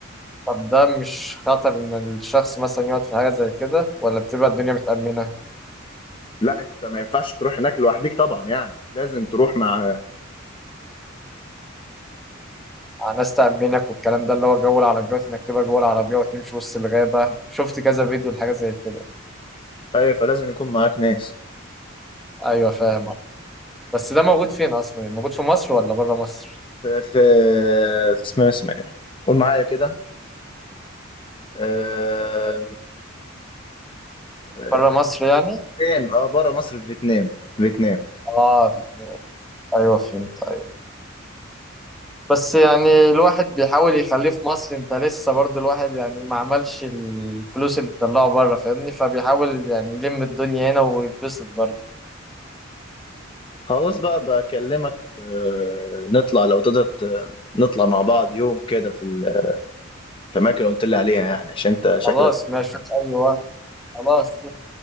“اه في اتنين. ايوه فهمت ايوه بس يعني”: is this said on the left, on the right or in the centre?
Centre